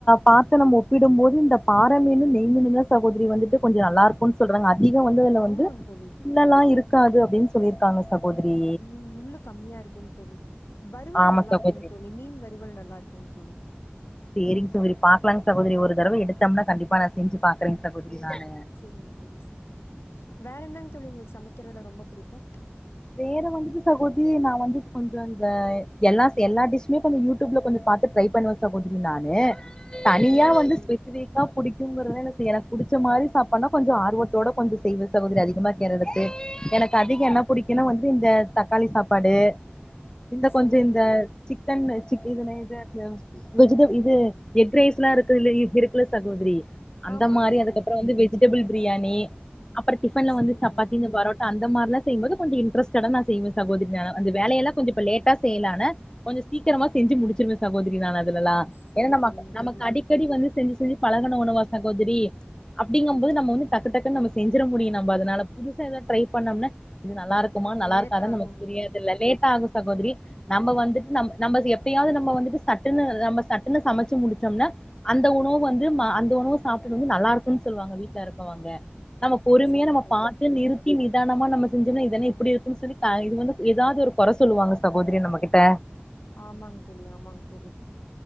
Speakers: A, on the left; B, on the left.
A: பாத்து நம்ம ஒப்பிடும் போது இந்த பாற மீனு நெய்மீனுதா சகோதிரி வந்துட்டு கொஞ்சொ நல்லா இருக்கு சொல்றாங்க அதிகொ வந்து அதுல
B: ஆமாங்க
A: வந்து
B: தோழி
A: முள்ளலா இருக்காது அப்டின்னு சொல்லிருக்காங்க சகோதிரி
B: ம் முள்ளு கம்மியா இருக்குங் தோழி வறுவல்
A: ஆமா
B: நல்லா
A: சகோதரி
B: இருக்குங் தோழி மீன் வறுவல் நல்லா இருக்குங் தோழி
A: சேரிங்க சகோத்ரி பாக்கலாங் சகோதிரி ஒரு தடவ எடுத்தம்னா கண்டிப்பா நா செஞ்சு பாக்குறேங் சகோதிரி நானு
B: சேரிங்க தோழி செரிங் தோழி வேற என்னங் தோழி உங்களுக்கு சமைக்கிறதுல ரொம்ப புடிக்கு
A: வேற வந்துட்டு சகோதிரி நா வந்து கொஞ்சொ இந்த எல்லா எல்லா டிஷுமே கொஞ்சொ யூ டூப்ல கொஞ்சொ பாத்து ட்ரை பண்ணுவே சகோதிரி நானு தனியா
B: சரிங்க
A: வந்து
B: தோழி
A: ஸ்பெசிஃபிக் கா புடிக்குங்கறத எனக் <unintelligible> புடுச்ச மாரி சாப்பாட்னா கொஞ்சொ ஆர்வத்தோட கொஞ்சொ செய்வே சகோதிரி அதிகமா திங்கிறதுகு எனக்கு அதிக என்ன புடிக் கினா வந்து இந்த தக்காளி சாப்பாடு இந்த
B: சரிங்க
A: கொஞ்சொ இந்த
B: தோழி
A: சிக் சிக்கன் வெச்சுக் <unintelligible> வெஜிடப் இது எக் ரைஸ்ல்லா இருக்கு இல்ல இருக்குல சகோதிரி அந்த
B: ஆமாங்க
A: மாரி
B: தோழி
A: அதுக்கப்பறொ வந்து வெஜிடபிள் பிரியாணி அப்பறொ டிஃபன்ல
B: சரிங்க
A: வந்து சப்பாத்தி
B: தோழி
A: இந்த பரோட் அந்த மாரில்லா செய்யும் போது கொஞ்சொ இன்டரஸ்டடா நா செய்வே சகோதிரி நா அந்த வேலையெல்லா கொஞ்சொ இப்ப லேட்டா செய்யலான்னு கொஞ்சொ சீக்கரமா செஞ்சு முடிச்சுருவே சகோதிரி நான் அதுலலா
B: சரி
A: ஏன்னா நம்ம
B: சரிங்க தோழி
A: நமக்கு அடிக் அடிக்கடி வந்து செஞ்சு செஞ்சு பழகுன உணவா சகோதிரி அப்டிங்கம் போது நம்ம வந்து டக்கு டக்குன் நம்ம செஞ்சுற முடியு நம்ப அதுனால புதுசா எதாவ் ட்ரை பண்ணோம்னா இது நல்லா இருக்குமா நல்லா
B: லேட்
A: இருக்காதான்னு
B: ஆகுங்க
A: நமக்கு புரியாதுல்ல
B: தோழி
A: லேட்டா ஆகு சகோதிரி நம்ப வந்துட்டு நம் நம்ம எப்பயாது நம்ம வந்துட்டு சட்டுன்னு நம்ம சட்டுன்னு சமச்சு முடுச்சொம்னா அந்த உணவு வந்து ம அந்த உணவு சாப்ட்டு வந்து நல்லா இருக்குன்னு சொல்வாங்க வீட்ல இருக்கவங்க நம்ம
B: சரி
A: பொறுமையா
B: சரிங்க
A: நம்ம
B: தோழி
A: பாத்து நிறுத்தி நிதானமா நம்ம செஞ்சன்னா இதென்ன இப்டி இருக்குன்னு சொல்லி த இது வந்து ஏதாவ்து ஒரு கொற சொல்லுவாங்க சகோதிரி நம்ம கிட்ட
B: ஆமாங்க தோழி ஆமாங்க தோழி